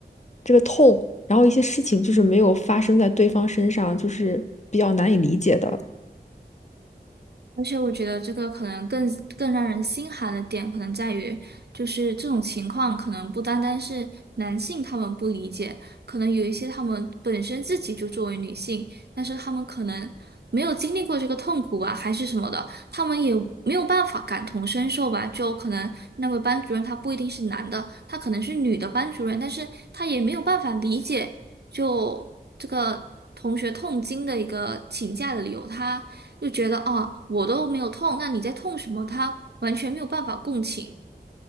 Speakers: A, on the left; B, on the right.
A: 这个痛，然后一些事情就是没有发生在对方身上，就是比较难以理解的。
B: 而且我觉得这个可能更更让人心寒的点，可能在于就是这种情况，可能不单单是男性他们不理解，可能有一些他们本身自己就作为女性，但是他们可能没有经历过这个痛苦啊，还是什么的，他们也没有办法感同身受吧。就可能那位班主任他不一定是男的，他可能是女的班主任，但是他也没有办法理解。就这个同学痛经的一个请假的理由，他就觉得哦，我都没有痛，那你在痛什么？他完全没有办法共情。